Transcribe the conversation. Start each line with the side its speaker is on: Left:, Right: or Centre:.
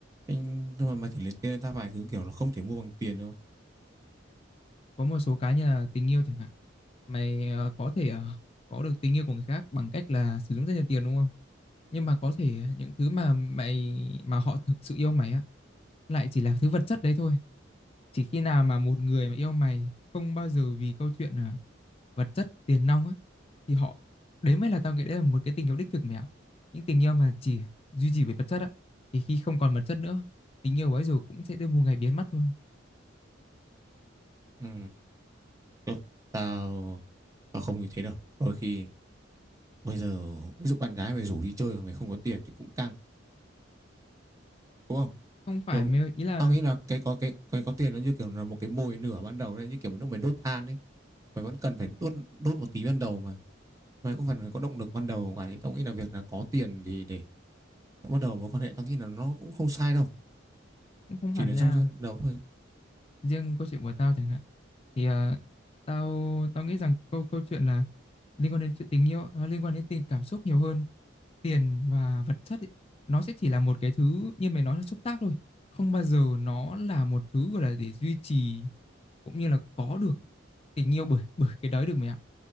Right: Thế nhưng mà mày thử liệt kê ta vài thứ kiểu nó không thể mua bằng tiền đâu
Left: có một số cái như là tình yêu chẳng hạn mày ờ, có thể ờ, có được tình yêu của người khác bằng cách là sử dụng rất nhiều tiền đúng không? Nhưng mà có thể những thứ mà mày mà họ thực sự yêu mày á lại chỉ là thứ vật chất đấy thôi. Chỉ khi nào mà một người mà yêu mày không bao giờ vì câu chuyện ờ, vật chất tiền nong á thì họ đấy mới là tao nghĩ đấy là một cái tình yêu đích thực mẹ ạ. Những tình yêu mà chỉ duy trì về vật chất á thì khi không còn vật chất nữa tình yêu ấy rồi cũng sẽ tới một ngày biến mất thôi.
Right: ừ thôi, tao tao không như thế đâu đôi khi bây giờ ví dụ bạn gái mày rủ đi chơi mà mày không có tiền thì cũng căng đúng không
Left: Không phải
Right: rồi
Left: mày ý là
Right: tao nghĩ là cái có cái cái có tiền nó như kiểu là một cái mồi nửa ban đầu đấy như kiểu mình lúc mày đốt than đấy mày vẫn cần phải đốt đốt một tí ban đầu mà mày cũng phải có động lực ban đầu ngoài đấy tao nghĩ là việc là có tiền thì để bắt đầu mối quan hệ tao nghĩ là nó cũng không sai đâu
Left: cũng không hẳn
Right: chỉ là
Left: nha.
Right: trong đầu thôi
Left: riêng câu chuyện của tao chẳng hạn thì ờ, tao tao nghĩ rằng câu câu chuyện là liên quan đến chuyện tình yêu nó liên quan đến tình cảm xúc nhiều hơn tiền và vật chất ấy, nó sẽ chỉ là một cái thứ như mày nói là xúc tác thôi không bao giờ nó là một thứ gọi là để duy trì cũng như là có được tình yêu bởi <laughs> bởi cái đấy được mày ạ